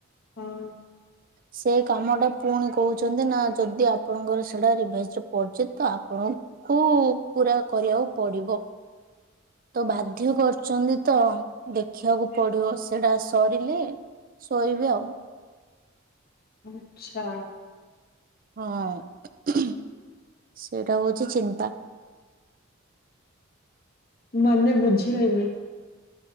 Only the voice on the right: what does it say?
ସେ କାମ ଟା ପୁଣି କହୁଛନ୍ତି ନା ଯଦି ଆପଣଙ୍କର ସେଟା ରିଭାଇଜ୍ ରେ ପଡୁଛି ତ ଆପଣ କୁ ପୁରା କରିବାକୁ ପଡିବ। ତ ବାଧ୍ୟ କରୁଚନ୍ତି ତ। ଖିବାକୁ ପଡିବ ସେଇଟା ସରିଲେ ଶୋଇବି ଆଉ।
ହଁ ଉହୁଁ ସେଇଟା ହଉଚି ଚିନ୍ତା।